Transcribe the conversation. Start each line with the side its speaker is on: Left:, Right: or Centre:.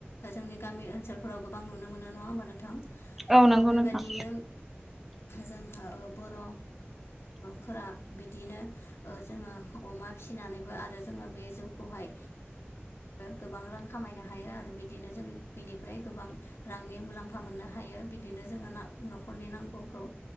Left: जोंनि गामि ओनसोलफोराव गोबां नुनो मोनो नङा होमबा नोंथां।
Centre: औ नंगौ
Left: अ बेबायदियैनो
Centre: नोंथां।
Left: जोंहा बर' फोरा बिदिनो जोङो अमा फिसिनानैबो आरो जोङो बे जौ खौहाय गोबां रां खामायनो हायो आरो बिदिनो जों बिनिफ्राय गोबां रांनि थाखाइ मुलाम्फा मोननो हायो बिदिनो जोङो न'खरनि नांगौखौ